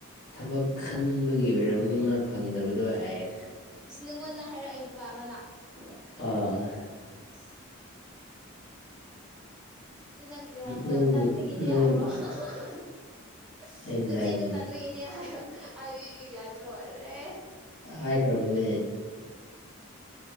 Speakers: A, on the left (about 45°); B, in the centre.
A: ꯊꯕꯛ ꯈꯟꯕꯒꯤ ꯑꯣꯏꯔꯝꯒꯅꯤ ꯃꯥ ꯐꯪꯗꯕꯗꯣ ꯍꯥꯏꯌꯦ
B: ꯏꯁ ꯅꯪꯉꯣꯟꯗ ꯍꯥꯏꯔꯛꯏꯕ ꯃꯅꯥ
A: ꯑꯥ
B: ꯏꯁ ꯑꯗꯨ ꯅꯪ ꯀ꯭ꯔꯤ ꯍꯥꯏꯕ꯭ꯔꯣ
A: ꯅꯪꯕꯨ
B: ꯇꯟꯕꯒꯤꯅꯦ
A: ꯅꯪ
B: ꯍꯥꯏꯕ꯭ꯔꯣ <unintelligible>
A: ꯑꯩꯅ
B: ꯅꯆꯦꯗꯣ
A: ꯍꯥꯏꯕꯅꯤ
B: ꯇꯟꯕꯒꯤ ꯅꯦ ꯍꯥꯏꯕ ꯍꯥꯏꯕꯤꯕꯤ ꯌꯥꯗ꯭ꯔꯣ ꯑꯔꯦ
A: ꯍꯥꯏꯈ꯭ꯔꯕꯅꯦ